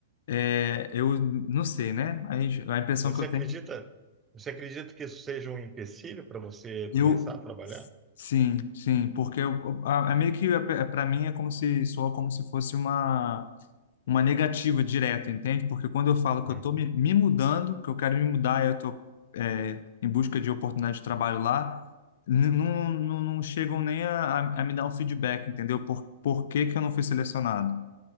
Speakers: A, on the left; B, on the right.
A: é, eu não sei, né? Aí, a impressão
B: Você
A: que eu
B: acredita,
A: tenho
B: você acredita que isso seja um empecilho para você
A: Eu
B: começar a trabalhar?
A: sim, sim, porque eu, a, a é meio que para mim é como se soa como se fosse uma uma negativa direta, entende? Porque quando eu falo que
B: Ah.
A: eu estou me, me mudando, que eu quero me mudar, eu estou em busca de oportunidade de trabalho lá, n- não, não, não chegam nem a, a a me dar um feedback, entendeu? Por, por que que eu não fui selecionado?